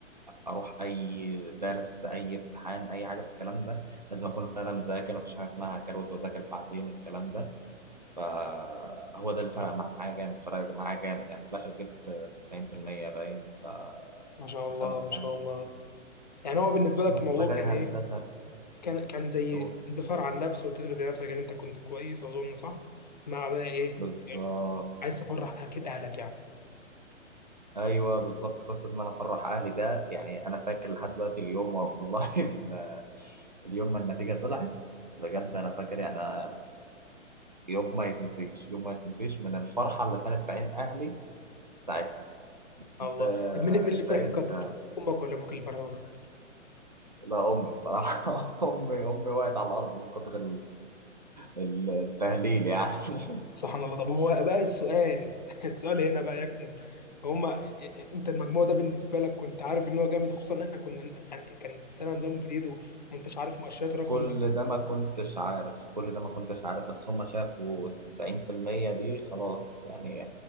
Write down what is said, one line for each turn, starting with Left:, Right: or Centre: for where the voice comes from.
Right: اروح اي درس اي امتحان اي حاجه في الكلام ده لازم اكون انا مذاكر مفيش حاجه اسمها هكروت واذاكر بعدين الكلام ده فهو ده اللي فرق معايا جامد فرق معايا جامد يعني في الآخر جبت 90% باين فدخلت
Left: ما شاء الله ما
Right: يعني
Left: شاء الله يعني هو بالنسبه
Right: بس
Left: لك الموضوع
Right: فجالي
Left: كان
Right: هندسة
Left: ايه كان كان زي
Right: قول
Left: انتصار على النفس وتثبت لنفسك ان انت كنت كويس اظن صح مع بقى ايه
Right: بالظبط
Left: عايز تفرح اكيد اهلك يعني
Right: ايوه بالظبط قصه ان انا افرح اهلي ده يعني انا فاكر لحد دلوقتي اليوم والله <laughs> ال- اليوم ما النتيجه طلعت بجد انا فاكر يعني أنا يوم ما يتنسيش يوم ما يتنسيش من الفرحه اللي كانت في عين اهلي ساعتها
Left: الله
Right: انت
Left: طب مين مين
Right: انت
Left: اللي فرح
Right: إيه؟
Left: بيك
Right: انت
Left: اكتر امك ولا ابوك اللي فرح بيك اكتر
Right: لا امي الصراحه <laughs> امي امي وقعت على الارض من كتر التهليل يعني
Left: سبحان الله طب هو بقى السؤال <laughs> السؤال هنا بقى يكمن فهم انت المجموع ده بالنسبه لك كنت عارف ان هو جامد خصوصا ان احنا كنا يعني كان سنه نظام جديد و- وما انتش عارف مؤشرات
Right: <laughs>
Left: الرقم
Right: كل
Left: ده
Right: ده ما كنتش عارف كل ده ما كنتش عارف بس هم شافوا التسعين في المية دي خلاص يعني